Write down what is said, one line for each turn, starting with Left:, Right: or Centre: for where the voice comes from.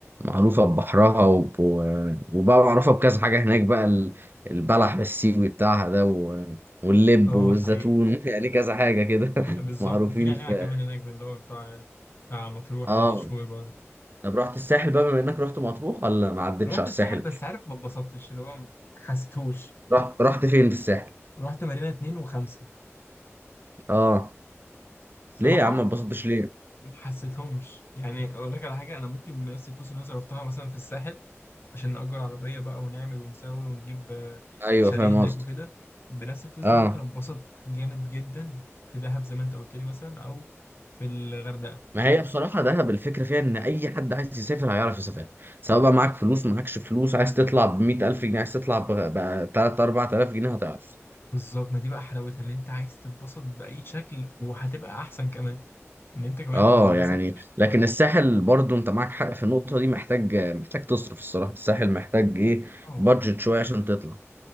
Right: معروفه ببحرها وب- و- وبقى معروفه بكذا حاجه هناك بقى ال- البلح بالسيوي بتاعها ده و- واللب
Left: أه
Right: والزيتون
Left: حقيقي
Right: <laughs> يعني كذا حاجه كده
Left: ده حق- بالظبط
Right: <laughs> معروفين
Left: وفي نعناع
Right: في
Left: كمان هناك اللي هو بتاع بتاع مطروح
Right: اه
Left: ده مشهور برضه
Right: طب رحت الساحل بقى بما انك رحت مطروح ولا ما عدتش
Left: رحت
Right: على الساحل
Left: الساحل بس عارف ما اتبسطتش اللي هو ما حسيتهوش
Right: رحت رحت فين في الساحل
Left: رحت مارينا اتنين وخمسة
Right: اه
Left: الصراحة
Right: ليه يا عم ما اتبسطتش ليه
Left: ما حسيتهمش يعني اقول لك على حاجه انا ممكن بنفس الفلوس اللي انا صرفتها مثلا في الساحل عشان نأجر عربيه بقى ونعمل ونسوي ونجيب آه،
Right: ايوه
Left: شاليه
Right: فاهم
Left: هناك
Right: قصدك
Left: وكده بنفس الفلوس
Right: اه
Left: دي ممكن اتبسط جامد جدا في دهب زي ما انت قلت لي مثلا او في الغردقه
Right: ما هي بصراحة دهب الفكرة فيها إن أي حد عايز يسافر هيعرف يسافر سواء بقى معاك فلوس معاكش فلوس عايز تطلع بمية ألف جنيه عايز تطلع بتلات أربعة آلاف جنيه هتعرف
Left: بالظبط ما دي بقى حلاوتها ان انت عايز تتبسط باي شكل وهتبقى احسن كمان ان انت كمان
Right: اه يعني
Left: مثلا
Right: لكن الساحل برضو انت معاك حق في النقطة دي محتاج محتاج تصرف الصراحة الساحل محتاج ايه
Left: اه
Right: بادجت شوية عشان تطلع